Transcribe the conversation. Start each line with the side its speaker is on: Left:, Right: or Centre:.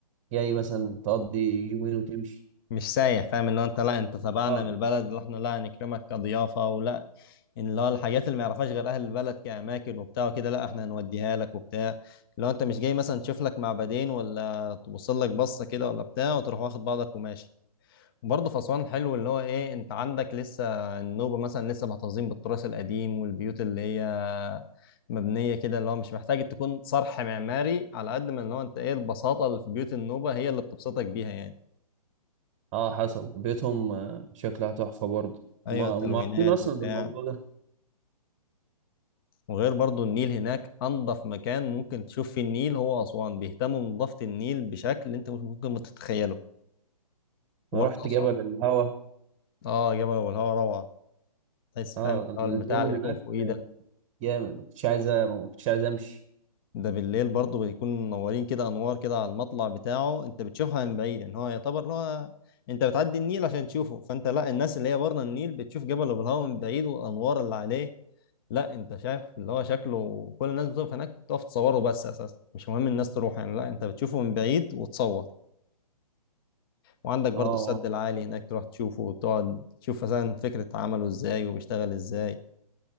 Right: جاي مثلا تقضي يومين وتمشي
Left: مش سايح فاهم اللي هو انت لا انت تبعنا
Right: اه
Left: من البلد اللي احنا لا هنكرمك كضيافه ولا إن اللي هو الحاجات اللي ما يعرفهاش غير اهل البلد كاماكن وبتاع وكده لا احنا هنوديها لك وبتاع لو انت مش جاي مثلا تشوف لك معبدين ولا تبص لك بصه كده ولا بتاع وتروح واخد بعضك وماشي وبرضه في اسوان حلو اللي هو ايه انت عندك لسه النوبه مثلا لسه محتفظين بالتراث القديم والبيوت اللي هي مبنيه كده اللي هو مش محتاج تكون صرح معماري على قد ما اللي هو انت ايه البساطه اللي في بيوت النوبه هي اللي بتبسطك بيها يعني
Right: اه حصل بيوتهم آه، شكلها تحفة برضه
Left: ايوه
Right: ما
Left: التلوينات
Right: ما عارفين اصلا
Left: وبتاع
Right: بالموضوع ده
Left: وغير برضو النيل هناك انضف مكان ممكن تشوف فيه النيل هو اسوان بيهتموا بنظافه النيل بشكل انت مش ممكن ما تتخيله وبرضه
Right: انا رحت
Left: اسوان
Right: جبل الهوا
Left: اه جبل ابو الهوا روعه تحس
Right: اه
Left: فاهم اللي
Right: اليوم
Left: هو البتاع اللي
Right: اللي
Left: بيكون
Right: هناك
Left: فوقيه ده
Right: جامد ما كنتش عايز ما كنتش عايز امشي
Left: ده بالليل برضه بيكون منورين كده انوار كده على المطلع بتاعه انت بتشوفها من بعيد ان هو يعتبر ان هو انت بتعدي النيل عشان تشوفه فانت لا الناس اللي هي بره النيل بتشوف جبل ابو الهوا من بعيد والانوار اللي عليه لا انت شايف اللي هو شكله كل الناس بتقف هناك تقف تصوره بس اساسا مش مهم الناس تروح يعني لا انت بتشوفه من بعيد وتصور وعندك برضو
Right: اه
Left: السد العالي هناك تروح تشوفه وتقعد تشوف مثلا فكرة عمله ازاي وبيشتغل ازاي